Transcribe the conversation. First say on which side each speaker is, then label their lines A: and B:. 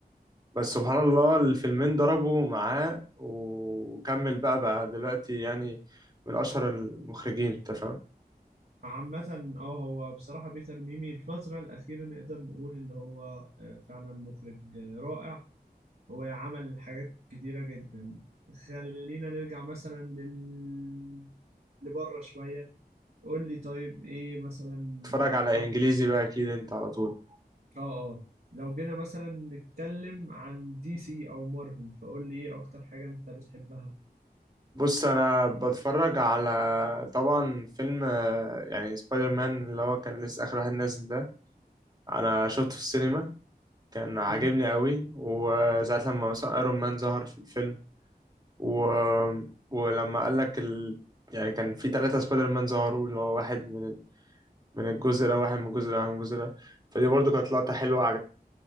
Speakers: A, on the right; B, on the right.
A: بس سبحان الله الفيلمين ضربوا معاه وكمل بقى بقى دلوقتي يعني من اشهر المخرجين انت فاهم
B: عامة اه هو بصراحة بيتر ميمي الفترة الأخيرة نقدر نقول اللي هو آه، فعلا مخرج آه، رائع هو عمل حاجات كتيرة جدا خلينا نرجع مثلا لل لبره شوية قول لي طيب ايه مثلا
A: تتفرج على
B: أك-
A: انجليزي بقى اكيد انت على طول
B: اه اه لو جينا مثلا نتكلم عن دي سي او مارفل فقول لي ايه اكتر حاجة انت بتحبها
A: بص انا بتفرج على طبعا فيلم آه، يعني سبايدر مان اللي هو كان لسه اخر واحد نازل ده انا شفته في السينما كان عاجبني
B: مم.
A: قوي وساعة لما مثلا ايرون مان ظهر في الفيلم و... ولما قال لك ال... يعني كان في ثلاثة سبايدر مان ظهروا اللي هو واحد من من الجزء ده واحد من الجزء ده واحد من الجزء ده فدي برضو كانت لقطة حلوة